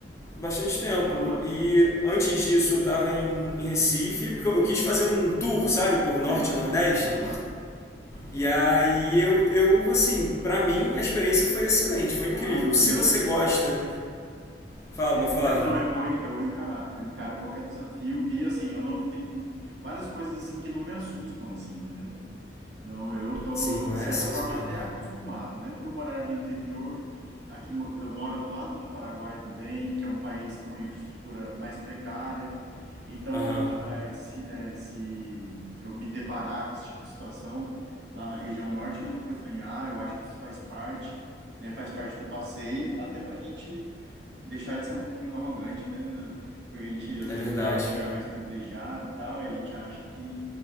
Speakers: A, on the left; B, on the right.
A: bastante tempo.
B: Aham.
A: E antes disso eu tava em, em Recife, porque eu, eu
B: Uhum.
A: quis fazer um tour, sabe, por Norte
B: Sei.
A: e Nordeste.
B: Aham.
A: E aí eu, eu assim, pra mim a experiência foi excelente, foi incrível.
B: Ah, mas
A: Se
B: eu,
A: você gosta, fala
B: Eu,
A: pra falar.
B: eu não, eu vou, en- eu vou encarar. Eu encaro qualquer desafio e assim, eu não tenho várias coisas assim que não me assustam assim, entendeu? Não, eu tô
A: Sim, mas
B: de certa
A: é
B: forma
A: isso mesmo.
B: até acostumado, né, por morar no interior. Aqui mo- eu moro do lado do Paraguai também, que é um país com uma infraestrutura mais precária. Então,
A: Aham,
B: eh, se, eh, se eu me deparar com esse tipo de situação lá na região norte, eu não vou estranhar. Eu acho que isso faz parte, né, faz parte do passeio, até para a gente deixar de ser um pouquinho arrogante, né? né? Porque a gente às
A: é
B: vezes
A: verdade.
B: mora num lugar mais privilegiado, e tal, e a gente acha que